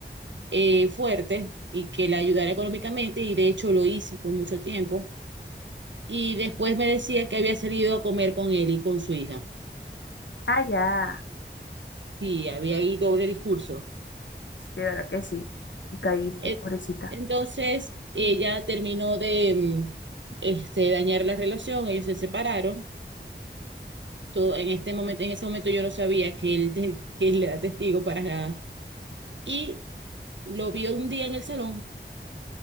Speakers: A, on the right; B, on the left.
A: eh, fuerte y que la ayudara económicamente y de hecho lo hice por mucho tiempo. Y después me decía que había salido a comer con él y con su hija
B: Ah, ya.
A: y había ahí doble discurso.
B: De verdad que sí. Y caíste,
A: Et-
B: pobrecita.
A: Entonces ella terminó de mm, este, dañar la relación, ellos se separaron. Todo, en este momento, en ese momento yo no sabía que él, <laughs> que él era testigo para nada. Y lo vi un día en el salón